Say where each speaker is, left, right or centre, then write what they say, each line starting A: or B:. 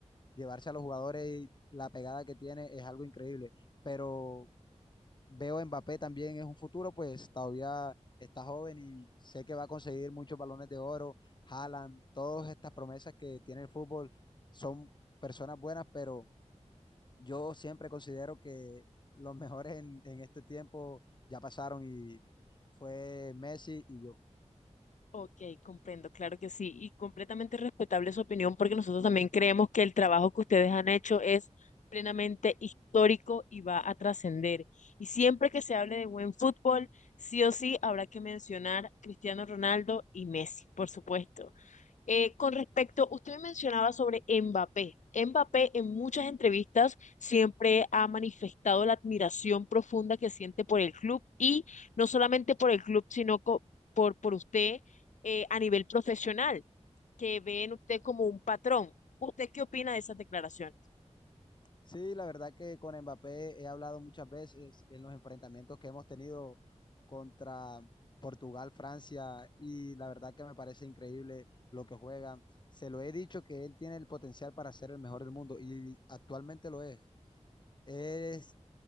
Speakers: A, on the left; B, on the left.
A: llevarse a los jugadores, y la pegada que tiene es algo increíble. Pero veo a Mbappé también es un futuro, pues todavía está joven y sé que va a conseguir muchos balones de oro. Haaland, todas estas promesas que tiene el fútbol son personas buenas, pero yo siempre considero que los mejores en, en este tiempo ya pasaron y fue Messi y yo.
B: Ok, comprendo, claro que sí, y completamente respetable su opinión porque nosotros también creemos que el trabajo que ustedes han hecho es plenamente histórico y va a trascender. Y siempre que se hable de buen fútbol, sí o sí habrá que mencionar Cristiano Ronaldo y Messi, por supuesto. Eh, con respecto, usted me mencionaba sobre Mbappé. Mbappé en muchas entrevistas siempre ha manifestado la admiración profunda que siente por el club y no solamente por el club, sino co- por, por usted eh, a nivel profesional, que ve en usted como un patrón. ¿Usted qué opina de esas declaraciones?
A: Sí, la verdad que con Mbappé he hablado muchas veces en los enfrentamientos que hemos tenido contra Portugal, Francia y la verdad que me parece increíble lo que juega. Se lo he dicho que él tiene el potencial para ser el mejor del mundo y actualmente lo es. Es